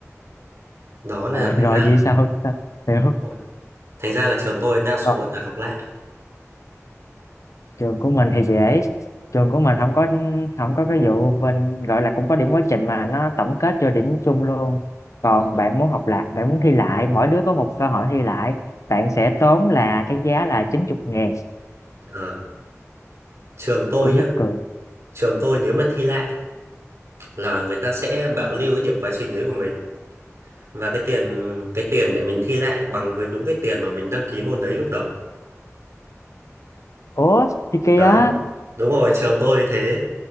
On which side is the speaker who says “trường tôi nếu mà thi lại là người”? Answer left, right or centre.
Right